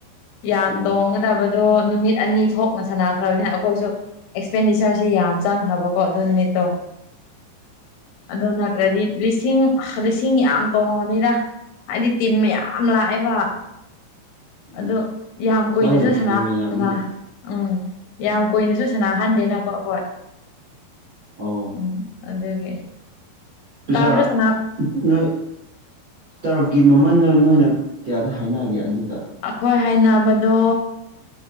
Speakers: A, on the left; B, on the right.
A: ꯌꯥꯝ
B: ꯑꯣ ꯑꯣ
A: ꯇꯣꯡꯒꯗꯕꯗꯣ
B: ꯎꯝ
A: ꯅꯨꯃꯤꯠ ꯑꯅꯤ ꯊꯣꯛꯅ ꯁꯥꯅꯥꯈ꯭ꯔꯕꯅꯦ ꯑꯈꯣꯏꯁꯨ ꯑꯦꯛꯁꯄꯦꯟꯗꯤꯆꯔꯁꯤ ꯌꯥꯝ ꯆꯪꯈ꯭ꯔꯕꯀꯣ ꯑꯗꯨ ꯅꯨꯃꯤꯠꯇꯣ ꯑꯗꯨ ꯅꯠꯇ꯭ꯔꯗꯤ ꯂꯤꯁꯤꯡ ꯂꯤꯁꯤꯡ ꯌꯥꯝ ꯇꯣꯡꯉꯅꯤꯗ ꯍꯥꯏꯗꯤ ꯇꯤꯝ ꯃꯌꯥ ꯑꯥꯝ ꯂꯥꯑꯦꯕ ꯑꯗꯣ
B: ꯑꯣ
A: ꯌꯥꯝ ꯀꯨꯏꯅꯖꯨ
B: ꯃꯥꯅꯦ
A: ꯁꯅꯥ
B: ꯇꯤꯝ ꯌꯥꯝꯃꯦ
A: ꯁꯅꯥ ꯎꯝ ꯌꯥꯝ ꯀꯨꯏꯅꯖꯨ ꯁꯅꯥꯍꯟꯗꯦꯅꯀꯣ ꯑꯈꯣꯏ
B: ꯑꯣ
A: ꯎꯝ ꯑꯗꯨꯒꯤ
B: ꯄꯤꯖꯥ
A: ꯇꯥꯕ꯭ꯔꯥ ꯁꯅꯥ
B: ꯅꯣꯏ ꯇꯔꯞꯒꯤ ꯃꯃꯟꯅꯣ ꯅꯣꯏꯅ ꯀꯌꯥꯗ ꯍꯥꯏꯅꯒꯦ ꯑꯗꯨꯗ
A: ꯑꯈꯣꯏ ꯍꯥꯏꯅꯥꯕꯗꯣ